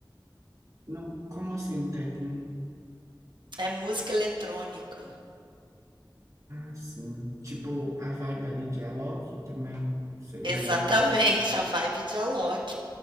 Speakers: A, on the right; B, on the right.
A: Não, como assim, técnico?
B: é música eletrônica.
A: Assim, tipo, a vibe ali de Alok também seria
B: Exatamente,
A: um.
B: a vibe de Alok.